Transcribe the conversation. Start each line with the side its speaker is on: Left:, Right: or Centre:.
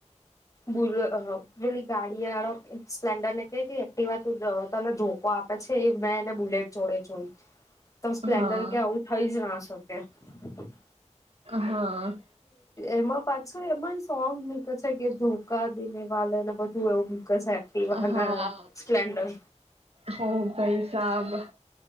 Left: બોલ અ પેલી ગાડી વાળો સ્પ્લેન્ડર ને કે કે એકટીવા તને ધોકો આપે છે એ મેં એને બુલેટ જોડે જોય તો સ્પ્લેન્ડર
Right: હા
Left: કે આવું થઈ જ ના શ <unintelligible>
Right: હા
Left: એમાં પાછું એમાય સોંગ મૂકે છે કે ધોકા દેને વાલેને બધું એવું મ એકટીવાને
Right: હા
Left: સ્પ્લેન્ડર
Right: હો ભાઈ સાબ